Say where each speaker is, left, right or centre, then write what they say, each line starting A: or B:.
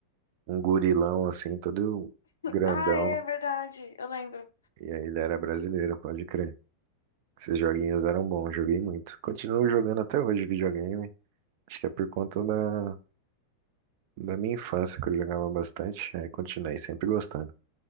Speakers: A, on the right (about 45°); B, on the left (about 70°).
A: um gorilão, assim, todo grandão.
B: Ah, é verdade. Eu lembro.
A: E aí ele era brasileiro, pode crer. Esses joguinhos eram bons, joguei muito. Continuo jogando até hoje videogame. Acho que é por conta da, Da minha infância, que eu jogava bastante, aí continuei sempre gostando.